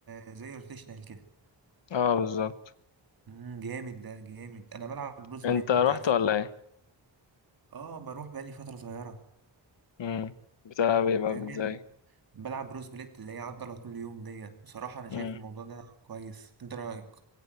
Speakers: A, on the right; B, on the left.
A: آه، زي روتيشنال كده
B: اه بالظبط
A: امم جامد ده جامد انا بلعب بروس بليت
B: انت رحت
A: انت عارفه؟
B: ولا ايه؟
A: اه بروح بقالي فترة صغيرة
B: مم. بتلعب ايه بقى
A: فاهمني؟
B: ازاي؟
A: بلعب بروس بليت اللي هي عضلة كل يوم ديت بصراحة انا شايف
B: مم.
A: الموضوع ده كويس انت رأيك؟